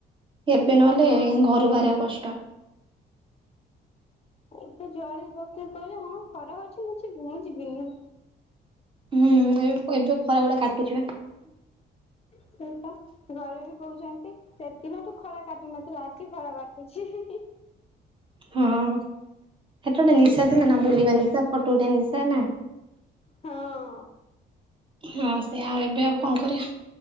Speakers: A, on the right (about 25°); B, on the left (about 30°).
A: ଏବେ ନହେଲେ
B: ହଁ।
A: ଘରୁ ବାହାରିବା କଷ୍ଟ।
B: ଏବେ ଯୁଆଡ଼େ ଯିବାକୁ କିଏ କହିଲେ ଖରା ହୋଉଚି ମୁଁ ଯିବିନି ମୁଁ ଯିବିନି।
A: ହୁଁ ଏ ଏବେ ଖରା ଗୁଡ଼ା କାଟୁଚିବା।
B: ସେଇପା। ଘରେବି କହୁଚନ୍ତି ସେଦିନଠୁ ଖରା କାଟୁ ନଥିଲା ଆଜି ଖରା କାଟୁଚି।
A: ହଁ ସେଟା ଗୋଟେ ନିଶା ଥିଲାନା ବୁଲିବା ନିଶା ଫୋଟୋ ଉଠେଇବା ନିଶା ନା।
B: ହଁ।
A: ହଁ ସେଇଆ ଆଉ ଏବେ ଆଉ ଙ୍କ କରିବା?